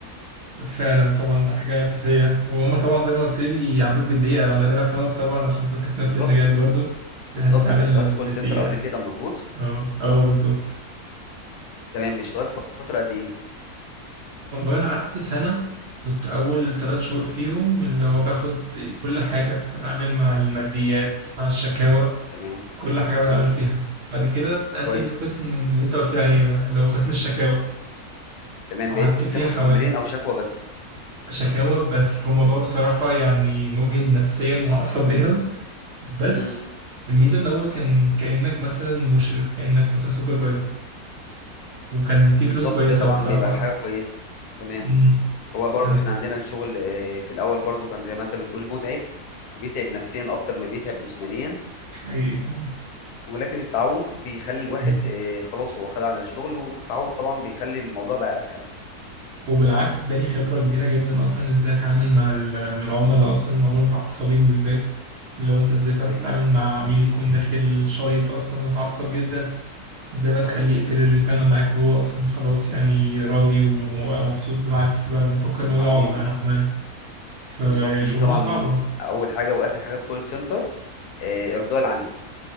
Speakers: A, on the right; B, on the left.
A: فعلا طبعا ده حاجة أساسية وهم طبعا زي ما قلت لي بيعاملوك بالدقيقة وأنا قادر أفهمك طبعا عشان كنت في
B: بالضبط،
A: نفس المجال برضو
B: بالضبط
A: إحنا بنتعامل
B: أنت اشتغلت
A: بالدقيقة
B: call center قبل كده مضبوط؟
A: أه أه بالظبط
B: تمام اشتغلت فترة قد ايه
A: والله أنا قعدت سنة كنت أول تلات شهور فيهم اللي هو باخد كل حاجة بتعامل مع الماديات مع الشكاوى
B: تمام
A: كل حاجة بتعامل
B: امم
A: فيها بعد كده اتنقلت
B: كويس
A: للقسم اللي أنت قلت لي عليه ده اللي هو قسم الشكاوى
B: تمام
A: قعدت
B: بقيت
A: فيه
B: بتاخد
A: حوالي
B: كومبلين او شكوى بس
A: شكاوى بس هو الموضوع بصراحة يعني مجهد نفسيًا وعصبيًا، بس
B: امم
A: الميزة إن هو كان كإنّك مثلًا مشرف، كإنّك مثلًا supervisor وكان في
B: بالظبط
A: فلوس كويسة
B: ده طبعا
A: بصراحة.
B: بيبقى حاجة كويسة تمام
A: إمم،
B: هو برضو
A: كان
B: احنا عندنا الشغل آه، في الاول برضو كان زي ما انت بتقول متعب وبيتعب نفسيا اكتر ما بيتعب جسمانيا
A: حقيقي فعلًا.
B: ولكن التعود بيخلي الواحد
A: إمم،
B: آه، خلاص هو خد على الشغل والتعود طبعا بيخلي الموضوع بقى اسهل
A: وبالعكس ادّاني خبرة كبيرة جدًا أصلًا إزاي أتعامل مع ال مع العملا أصلًا، العملا المتعصبين بالذات، اللي هو أنت إزاي تعرف
B: كويس
A: تتعامل مع عميل يكون داخل شايط أصلًا ومتعصب جدًا. ازاي بقى
B: كويس
A: تخليه يقفل المكالمة معاك وهو أصلا خلاص يعني راضي وبقى مبسوط بالعكس بقى بيفكر إن هو يقعد
B: عظيم
A: معانا كمان فشغلانة
B: بالظبط دي طبعا
A: صعبة
B: من اول حاجة واخر حاجة في كول سنتر آه، ارضاء العميل